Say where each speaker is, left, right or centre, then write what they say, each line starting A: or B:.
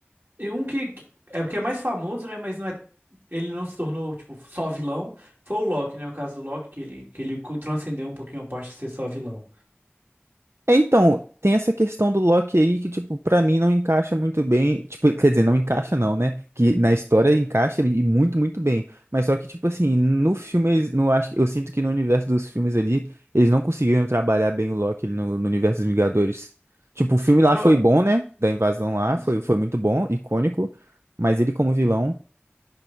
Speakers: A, on the right (about 55°); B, on the right (about 85°).
A: E um que. que- É porque é mais famoso, né? Mas não é. Ele não se tornou, tipo, só vilão. Foi o Loki, né? O caso do Loki, que ele, que ele co- transcendeu um pouquinho a parte de ser só vilão.
B: É, então, tem essa questão do Loki aí que, tipo, pra mim não encaixa muito bem. Tipo, quer dizer, não encaixa não, né? Que na história encaixa e muito, muito bem. Mas só que, tipo assim, no filme, eles- no, acho, eu sinto que no universo dos filmes ali, eles não conseguiram trabalhar bem o Loki ali no, no universo dos Vingadores. Tipo, o filme
A: Então,
B: lá foi bom, né? Da invasão lá,
A: sim,
B: foi,
A: sim.
B: foi muito bom, icônico. Mas ele como vilão,